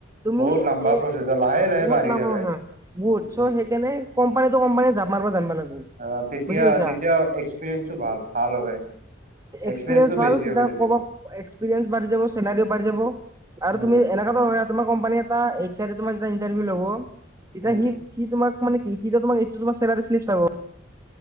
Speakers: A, on the right; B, on the right.
A: তুমি
B: বহুত
A: এ,
B: লম্বা প্ৰচেছ লাহে লাহে
A: বহুত
B: বাঢ়ি
A: ল
B: থাকে
A: হ বহুত,
B: উম,
A: চ' সেইকাৰণে। কম্পানীতো যাপ মাৰিব জনবো লাগে।
B: অ তেতিয়া
A: বুজি পাইছায়া,
B: তেতিয়া এক্সপিৰিয়েঞ্চো ভাল ভাল হয় এক্সপিৰিয়েঞ্চটো
A: এক্সপিৰিয়েঞ্চ ভাল
B: বেছি
A: তেতিয়া
B: হয়
A: কব এক্সপিৰিয়েঞ্চ বাঢ়ি যাব চেলাৰিও বাঢ় যাব, আৰু
B: উম
A: তুমি এনেককা। তোমাৰ কোম্পানী এটা এই। তোমাৰ যেতিয়া ইন্টাৰভউ লাগ, ততিয়া
B: উম
A: হি। সি তোমাক মানে কি সি তোমাক। তোমাৰ চেলাৰী চিলব চাব।